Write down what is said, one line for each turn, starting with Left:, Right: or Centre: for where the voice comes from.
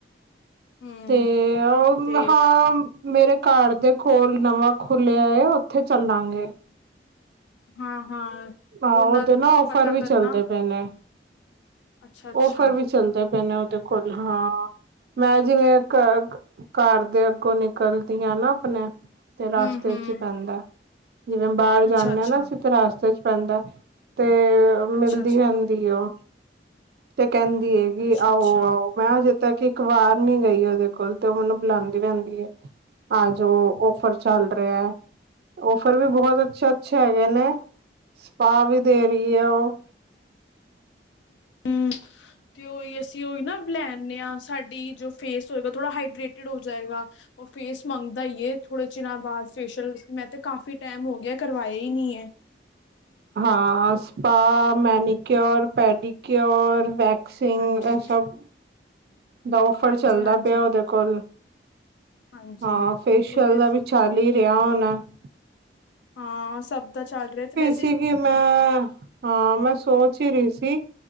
Left: ਹਮ
Right: ਤੇ ਉਹ
Left: ਤੇ
Right: ਹਾਂ ਮੇਰੇ, ਘਰ ਦੇ ਕੋਲ ਨਵਾਂ ਖੁੱਲਿਆ ਹੈ ਉੱਥੇ ਚੱਲਾਂਗੇ।
Left: ਹਾਂ, ਹਾਂ
Right: ਆਹੋ
Left: ਉਹਨਾਂ
Right: ਉਹ ਤੇ
Left: ਤੋਂ ਤੁਸੀਂ
Right: ਨਾ
Left: ਪਤਾ
Right: ਫਰ ਵੀ
Left: ਕਰਨਾ
Right: ਚੱਲਦੇ ਪਏ ਨੇ,
Left: ਅੱਛਾ ਅੱਛਾ
Right: ਔਫਰ ਵੀ ਚੱਲਦਾ ਪੈਣਾ, ਦੇਖੋਲ ਹਾਂ। <unintelligible> ਮੈਂ ਜਿਵੇਂ ਘਰ ਘਰ ਦੇ ਅੱਗੋਂ ਨਿਕਲਦੀ ਆ ਨਾ, ਆਪਣੇ ਤੇ ਰਸਤੇ
Left: ਹਮ ਹਮ
Right: ਚ ਹੀ ਪੈਂਦਾ ਜਿਵੇਂ ਬਾਹਰ ਜਾਂਨੇ
Left: ਅੱਛਾ ਅੱਛਾ
Right: ਆ ਨਾ ਅਸੀਂ ਤੇ ਰਸਤੇ ਚ, ਪੈਂਦਾ ਤੇ, ਤੇ
Left: ਅੱਛਾ
Right: ਮਿਲਦੀ
Left: ਅੱਛਾ
Right: ਰਹਿੰਦੀ ਐ ਉਹ ਤੇ ਕਹਿੰਦੀ ਹੈਗੀ
Left: ਅੱਛਾ-ਅੱਛਾ
Right: ਆਹੋ ਆਹੋ ਮੈਂ ਹਜੇ ਤਾ ਕਿ ਇੱਕ ਵਾਰ ਨੀ ਗਈ ਉਹਦੇ ਕੋਲ ਤੇ ਉਹ ਮੈਨੂੰ ਬੁਲਾਂਦੀ ਰਹਿੰਦੀ, ਹੈ ਆ ਜੋ ਔਫਰ ਚਲ ਰਿਹਾ ਐ ਔਫਰ ਵੀ ਬਹੁਤ ਅੱਛਾ-ਅੱਛਾ ਹੈਗੇ ਨੇ। ਪਾਵ ਵੀ ਦੇਰੀ ਆ ਉਹ
Left: ਹਮ। ਤੇ ਉਹੀ ਅਸੀਂ ਉਹੀ ਨਾ ਲੈ ਆ ਨੇ ਹਾਂ। ਸਾਡੀ ਜੋ ਫੇਸ ਹੋਏਗਾ ਥੋੜਾ ਹਾਈਡਰੇਟਿਡ ਹੋ ਜਾਏਗਾ। ਫੇਸ ਮੰਗ ਦਾ ਈ ਇਹ ਥੋੜੇ ਚੀਰਾ ਬਾਅਦ ਫੇਸ਼ੀਲ ਮੈਂ ਤੇ ਕਾਫੀ ਟਾਈਮ ਹੋ ਗਿਆ ਕਰਵਾਇਆ ਹੀ ਨਹੀਂ ਹੈ।
Right: ਹਾਂ ਸ ਪਾ ਮੈਨੀਕਿਓਰ, ਪੈਡੀਕਿਓਰ, ਵੈਕਸਿੰਗ
Left: ਹਾਂਜੀ,
Right: ਇਹ ਸਭ ਦਾ ਓਫਰ
Left: ਹਾਂਜੀ-ਹਾਂਜੀ,
Right: ਚੱਲਦਾ ਪਿਆ ਉਹਦੇ ਕੋਲ।
Left: ਹਾਂਜੀ
Right: ਹਾਂ
Left: ਹਾਂਜੀ
Right: ਫੇਸ਼ਅਲ
Left: ਤੇ ਫਿਰ
Right: ਦਾ ਵੀ ਚੱਲ ਹੀ ਰਿਹਾ ਹੋਣਾ ਐ
Left: ਹਾਂ ਸਭ ਦਾ ਚੱਲ ਰਿਹਾ। ਤੇ ਵੈ
Right: ਸੀਗੀ ਮੈਂ ਹਾਂ ਮੈਂ ਸੋਚ ਹੀ ਰਹੀ ਸੀ